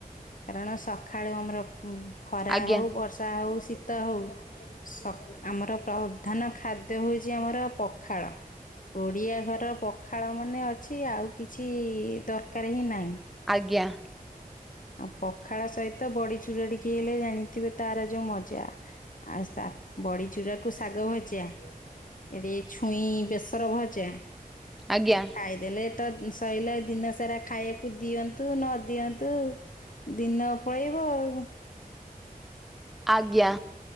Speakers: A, on the left; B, in the centre.
A: କାରଣ ସକାଳୁ ଆମର ଉଁ ଖରା
B: ଆଜ୍ଞା
A: ହଉ ବର୍ଷା ହଉ ଶୀତ ହଉ ସ ଆମର ପ୍ରଧାନ ଖାଦ୍ୟ ହଉ ଆଜି ଆମର ପଖାଳ। ଓଡ଼ିଆ ଘରର ପଖାଳ ମାନେ ଅଛି, ଆଉ କିଛି ଦରକାର୍ ହିଁ ନାହିଁ।
B: ଆଜ୍ଞା।
A: ଆଉ ପଖାଳ ସହିତ ବଡିଚୁରା ଟିକେ ହେଇଲେ, ଜାଣିଥିବେ ତାର ଯୋଉ ମଜା। ଆଶା, ବଡ଼ିଚୂୁରାକୁ ଶାଗ ଭଜା ଏଠି ଛୁଇଁ ବେସର ଭଜା,
B: ଆଜ୍ଞା
A: ଆଉ ଖାଇ ଦେଲେ ତ ସଇଲା, ଦିନସାରା ଖାଇବାକୁ ଦିଅନ୍ତୁ ନ ଦିଅନ୍ତୁ ଦିନ ପଳେଇବ ଆଉ।
B: ଆଜ୍ଞା।